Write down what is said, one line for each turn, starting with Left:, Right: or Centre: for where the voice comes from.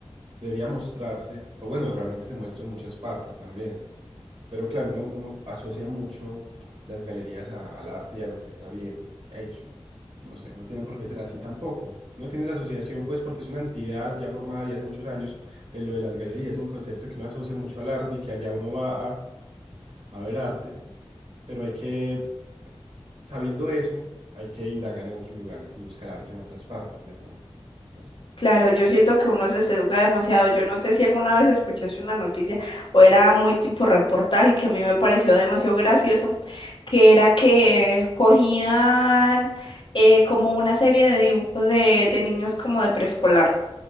Right: debería mostrarse, o bueno, realmente se muestra en muchas partes también. Pero claro, uno, uno asocia mucho las galerías a- al arte y a lo que está bien hecho. No sé, no tienen por qué ser así tampoco. No tiene esa asociación, pues, porque es una entidad ya formada ya hace muchos años. Eh, lo de las galerías es un concepto que uno asocia mucho al arte y que allá uno va a, a ver arte. Pero hay que, sabiendo eso, hay que indagar en otros lugares y buscar arte en otras partes de pronto. No sé.
Left: Claro, yo siento que uno se sesga demasiado. Yo no sé si alguna vez escuchaste una noticia o era muy tipo reportaje que a mí me pareció demasiado gracioso, que era que cogían eh, como una serie de dibujos de, de niños como de preescolar